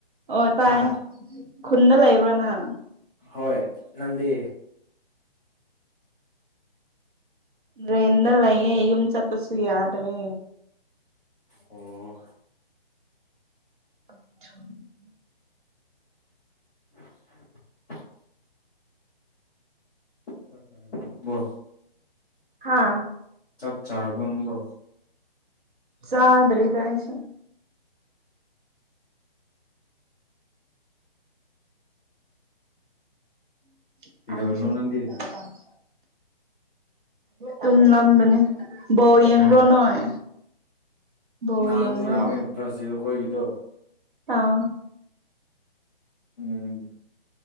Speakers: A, on the right (about 55°); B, in the centre.
A: ꯑꯣ ꯇꯥꯏꯌꯦ
B: ꯍꯥ
A: ꯈꯨꯟꯗ ꯂꯩꯕ꯭ꯔꯥ ꯅꯪ꯫
B: ꯍꯣꯏ ꯅꯪꯗꯤ
A: ꯔꯦꯟꯗꯥ ꯂꯩꯌꯦ ꯌꯨ ꯆꯠꯄꯁꯨ ꯌꯥꯗ꯭ꯔꯦ
B: ꯑꯣ
A: <inaudible>
B: <inaudible> ꯆꯥꯛ ꯆꯥꯔꯕꯣ ꯅꯪꯕꯣ
A: ꯍꯥꯥ
B: ꯆꯥꯛ ꯆꯥꯔꯕꯣ ꯅꯪꯕꯨ
A: ꯆꯥꯗꯔꯤꯗꯥꯥ ꯑꯩꯁꯨ <unintelligible>
B: ꯀꯩꯗꯧꯔꯤꯅꯣ ꯅꯪꯗꯤ
A: ꯇꯨꯝ ꯂꯝꯕꯅꯤ ꯕꯣꯔ ꯌꯦꯡꯕ꯭ꯔꯣ
B: ꯍꯥ
A: ꯅꯣꯏ ꯕꯣꯜ
B: ꯅꯍꯥꯟꯗꯣ
A: ꯌꯦꯡꯕ꯭ꯔꯣ
B: ꯌꯦꯡꯉꯦ ꯕ꯭ꯔꯥꯖꯤꯜ ꯑꯩꯈꯣꯏꯒꯤꯗꯣ
A: ꯑꯥ
B: ꯎꯝ